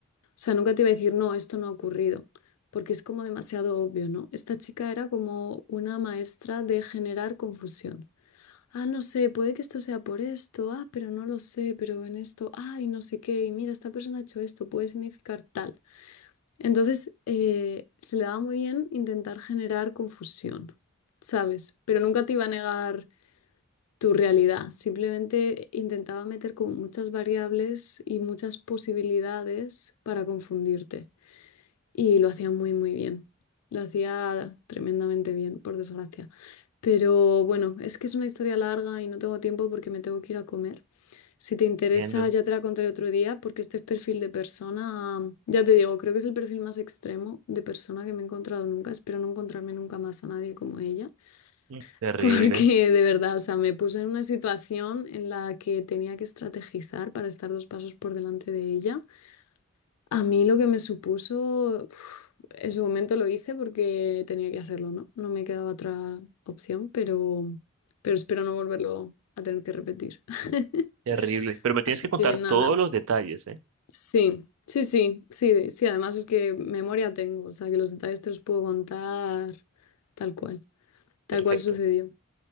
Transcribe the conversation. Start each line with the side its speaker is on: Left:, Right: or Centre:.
Left: O sea, nunca te iba a decir, no, esto no ha ocurrido, porque es como demasiado obvio, ¿no? Esta chica era como una maestra de generar confusión. Ah, no sé, puede que esto sea por esto, ah, pero no lo sé, pero en esto, ay, no sé qué, y mira, esta persona ha hecho esto, puede significar tal. Entonces, eh, se le daba muy bien intentar generar confusión, ¿sabes? Pero nunca te iba a negar tu realidad, simplemente intentaba meter como muchas variables y muchas posibilidades para confundirte y lo hacía muy, muy bien. Lo hacía tremendamente bien, por desgracia. Pero bueno, es que es una historia larga y no tengo tiempo porque me tengo que ir a comer. Si te interesa,
Right: Entiendo.
Left: ya te la contaré otro día porque este perfil de persona, ya te digo, creo que es el perfil más extremo de persona que me he encontrado nunca. Espero no encontrarme nunca más a nadie como ella,
Right: Mm, Terrible,
Left: <laughs> porque de verdad, o sea, me puse en una situación en la que tenía que estrategizar para estar dos pasos por delante de ella. A mí lo que me supuso, uf, en su momento lo hice porque tenía que hacerlo, ¿no? No me quedaba otra opción, pero, pero espero no volverlo a tener que repetir. <laughs>
Right: terrible. Pero me tienes
Left: Así
Right: que contar
Left: que nada,
Right: todos los detalles, ¿eh?
Left: sí, sí, sí, sí, sí, además es que memoria tengo, o sea que los detalles te los puedo contar tal cual, tal
Right: Perfecto.
Left: cual sucedió.